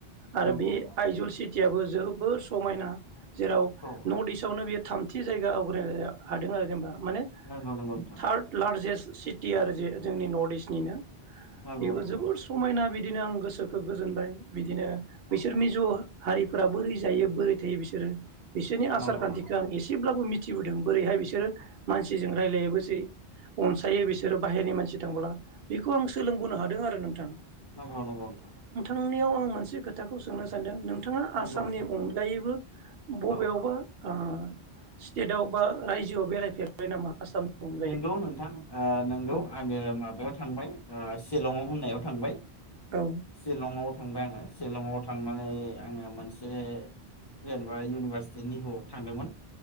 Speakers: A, on the right (about 65°); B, on the left (about 30°).
A: आरो
B: नंगौ
A: बे
B: नंगौ नोंथां नंगौ
A: आइजल सिटि याबो जोबोर समायना। जेराव
B: औ
A: नर्थ इस्टआवनो बेयो थामथि जायगा आव ग्रिनो हादों आरो जेनबा। माने
B: नंगौ नंगौ नोंथां
A: थार्ड लार्जेस्ट सिटि आरो जे जोंनि नर्थ इस्टनिनो
B: नंगौ
A: बेबो
B: नंगौ
A: जबोर
B: नोंथां
A: समायना बिदि बिदिनो आं गोसोखौ गोजोनबाय बिदि बिदिनो
B: औ
A: बैसोर मिज' हारिफोरा बोरै जायो बोरै थायो बिसोरो बिसोरनि आसार
B: नंगौ
A: खान्थिखौ
B: नंगौ
A: आं एसेब्लाबो मि थिबोदों बोरैहाय बिसोरो मानसिजों रायलायोबोसै अनसायो बिसोरो बाहेरनि मानसि थांबोला बेखौ आं सोलोंबोनो हादों आरो नोंथां।
B: नंगौ नंगौ नोंथां
A: आंनियाव आं मोनसे खोथाखौ सोंनो सानदों नों नोंथाङा
B: नंगौ
A: आसामनि
B: नोंथां
A: अनगायैबो बबेयावबा
B: औ
A: ओ स्टेटआव बा रायजोआव बेरायफेरबाय नामा आसामनि अनगायै
B: नंगौ नोंथां ओ नंगौ
A: औ
B: आङो माबायाव थांबाय। ओ शिलंआव होननायाव थांबाय।
A: औ
B: सिलंआव थांबाय आङो। शलंआव थांनानै आङो मोनसे जेनेबा इउनिभारसिटि निहुआव थांदोंमोन।